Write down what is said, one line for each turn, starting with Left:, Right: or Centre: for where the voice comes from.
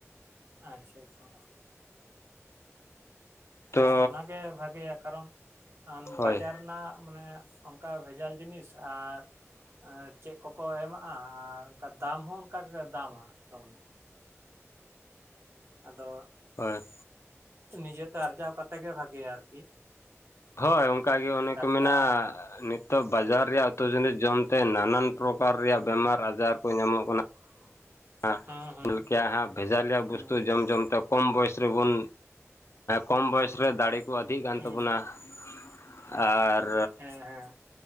Right: ᱟᱪᱪᱷᱟ ᱟᱪᱪᱷᱟ, ᱦᱮᱸ
Left: ᱛᱚ
Right: ᱚᱱᱟᱜᱮ ᱵᱷᱟᱜᱮᱭᱟ ᱠᱟᱨᱚᱱ
Left: ᱦᱳᱭ
Right: ᱵᱟᱡᱟᱨ ᱨᱮᱱᱟᱜ ᱢᱟᱱᱮ ᱚᱱᱠᱟ ᱵᱷᱮᱡᱟᱞ ᱡᱤᱱᱤᱥ ᱟᱨ ᱪᱮᱫ ᱠᱚᱠᱚ ᱮᱢᱟᱜᱼᱟ ᱟᱨ ᱚᱱᱠᱟ ᱫᱟᱢ ᱦᱚᱸ ᱚᱱᱠᱟ ᱜᱮ ᱫᱟᱢᱟ ᱫᱚᱢᱮ ᱟᱫᱚ
Left: ᱦᱳᱭ ᱾
Right: ᱱᱤᱡᱮᱛᱮ ᱟᱨᱡᱟᱣ ᱠᱟᱛᱮᱜ ᱜᱮ ᱵᱷᱟᱜᱮᱭᱟ ᱟᱨᱠᱤ,
Left: ᱦᱳᱭ ᱚᱱᱠᱟᱜᱮ ᱚᱱᱮ
Right: ᱴᱟᱴᱠᱟ
Left: ᱠᱚ ᱢᱮᱱᱟ ᱱᱤᱛᱚᱜ ᱵᱟᱡᱟᱨ
Right: ᱦᱮᱸ
Left: ᱨᱮᱭᱟᱜ ᱩᱛᱩ ᱡᱤᱱᱤᱥ ᱡᱚᱢᱛᱮ ᱱᱟᱱᱟᱱ ᱯᱨᱚᱠᱟᱨ ᱨᱮᱭᱟᱜ ᱵᱮᱢᱟᱨ ᱟᱡᱟᱨ ᱠᱚ ᱧᱟᱢᱚᱜ ᱠᱟᱱᱟ ᱾
Right: <inaudible>
Left: <unintelligible>
Right: ᱦᱩᱸ
Left: ᱦᱟᱸᱜ ᱵᱷᱮᱡᱟ ᱤᱞᱭᱟ
Right: ᱦᱩᱸ
Left: ᱵᱚᱥᱛᱩ ᱡᱚᱢ ᱡᱚᱢ ᱛᱮ, ᱠᱚᱢ ᱵᱚᱭᱮᱥ ᱨᱮᱵᱚᱱ ᱠᱚᱢ ᱵᱚᱭᱮᱥᱨᱮ ᱫᱟᱲᱮ ᱠᱚ ᱟᱫᱷᱤᱜ ᱠᱟᱱ
Right: ᱦᱩᱸ
Left: ᱛᱟᱵᱚᱱᱟ ᱾ ᱟᱨ,
Right: ᱦᱮᱸ ᱦᱮᱸ